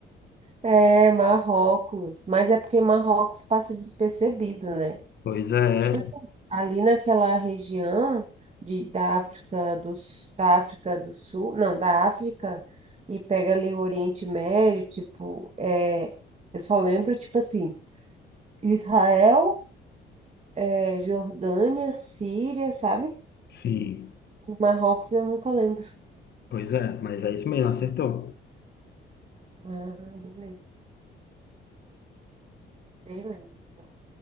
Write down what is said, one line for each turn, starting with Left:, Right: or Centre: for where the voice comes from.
Right: É, Marrocos, mas é porque Marrocos passa despercebido, né?
Left: Pois é,
Right: Tipo assim, ali naquela região de, da África do, S- da África do Sul, não, da África, e pega ali o Oriente Médio, tipo, é, eu só lembro, tipo assim, Israel, é, Jordânia, Síria, sabe?
Left: sim.
Right: E Marrocos eu nunca lembro.
Left: Pois é, mas é isso mesmo, acertou.
Right: Ah, beleza. Beleza, então.